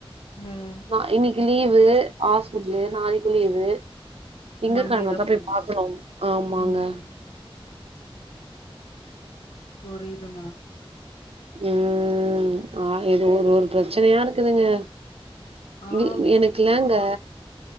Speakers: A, on the left; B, on the right.
A: ம்
B: ஆ இன்னிக்கு லீவு ஹாஸ்பிடலு நாளைக்கு லீவு எங்கக்காணோதா
A: மண்டேதா
B: போய்
A: போவு
B: பாக்கணு ஆமாங்க
A: ம் புரிதுமா
B: உம் ஆ எது ஒரு ஒரு பிரச்சனையா இருக்குதுங்க
A: ஆ
B: இது யெனக்குல்லாங்க